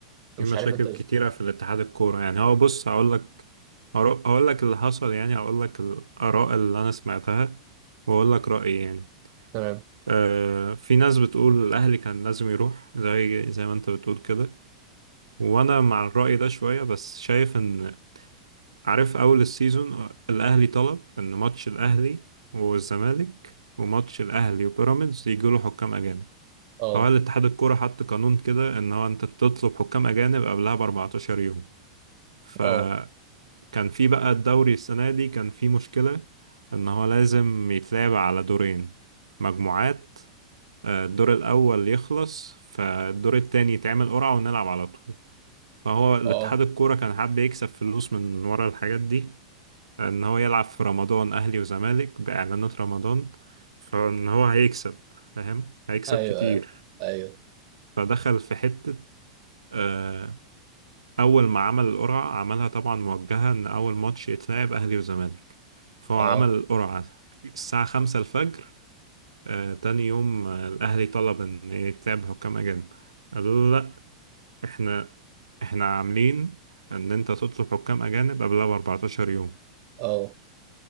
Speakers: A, on the right; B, on the right.
A: في
B: مش
A: مشاكل
B: عارف انت
A: كتيرة في الاتحاد الكورة يعني هو بص هقول لك هرو- هقول لك اللي حصل يعني هقول لك الآراء اللي انا سمعتها واقول لك رأيي يعني
B: تمام
A: آه في ناس بتقول الاهلي كان لازم يروح زي زي ما انت بتقول كده وانا مع الرأي ده شوية بس شايف ان عارف اول السيزون آه، الاهلي طلب ان ماتش الاهلي والزمالك وماتش الاهلي وبيراميدز يجوا له حكام اجانب
B: اه
A: فهو الاتحاد الكوره حط قانون كده ان هو انت بتطلب حكام اجانب قبلها ب 14 يوم فكان
B: اه
A: في بقى الدوري السنه دي كان في مشكله ان هو لازم يتلعب على دورين مجموعات آه، الدور الاول يخلص فالدور التاني يتعمل قرعه ونلعب على طول فهو الاتحاد
B: اه
A: الكوره كان حابب يكسب فلوس من ورا الحاجات دي ان هو يلعب في رمضان اهلي وزمالك باعلانات رمضان فان هو هيكسب فاهم هيكسب
B: ايوه
A: كتير
B: ايوه ايوه
A: فدخل في حتة آه، اول ما عمل القرعة عملها طبعا موجهة ان اول ماتش يتلعب اهلي وزمالك فهو
B: اه
A: عمل القرعة الساعة خمسة الفجر آه، تاني يوم آه، الاهلي طلب ان يتلعب حكام اجانب قالوا له لا احنا احنا عاملين ان انت تطلب حكام اجانب قبلها ب 14 يوم
B: اه